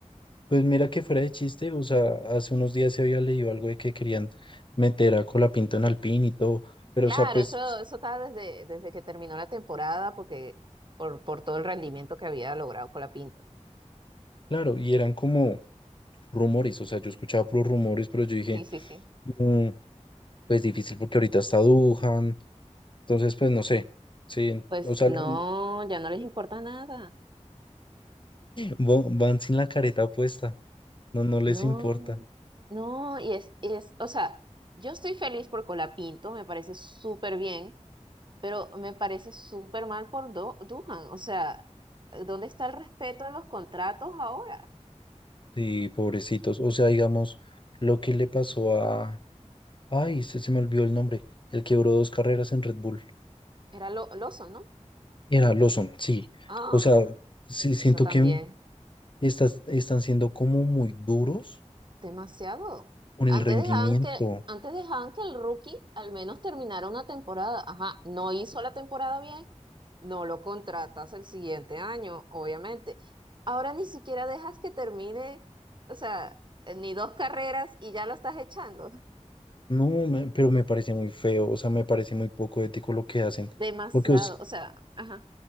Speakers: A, on the left; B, on the right.
A: Pues mira que fuera de chiste, o sea, hace unos días se había leído algo de que querían meter a Colapinto en Alpine y todo, pero
B: Claro,
A: o sea, pues,
B: eso, eso estaba desde, desde que terminó la temporada, porque por, por todo el rendimiento que había logrado con la Pinto.
A: claro, y eran como rumores, o sea, yo escuchaba puros rumores, pero yo dije...
B: Sí, sí, sí.
A: "Mm, pues difícil porque ahorita está Dujan, entonces pues no sé, sí,
B: Pues
A: o sea,
B: no,
A: lo- lo-
B: ya no les importa nada.
A: vo- van sin la careta puesta, no, no les
B: No,
A: importa,
B: no, y es, y es, o sea, yo estoy feliz por Colapinto, me parece súper bien, pero me parece súper mal por Do- Duhan. O sea, ¿dónde está el respeto en los contratos ahora?
A: sí, pobrecitos, o sea, digamos, lo que le pasó a, ay, se, se me olvidó el nombre, el quebró dos carreras en Red Bull,
B: Era lo, Lawson, ¿no?
A: era Lawson, sí,
B: Ah,
A: o sea, sí, siento
B: eso también.
A: que estas, están siendo como muy duros
B: Demasiado.
A: con el
B: Antes
A: rendimiento,
B: dejaban que, antes dejaban que el rookie al menos terminara una temporada. Ajá, no hizo la temporada bien, no lo contratas el siguiente año, obviamente. Ahora ni siquiera dejas que termine, o sea, eh, ni dos carreras y ya lo estás echando.
A: no, me- pero me parece muy feo, o sea, me parece muy poco ético lo que hacen.
B: Demasiado,
A: Porque, o
B: o sea, ajá,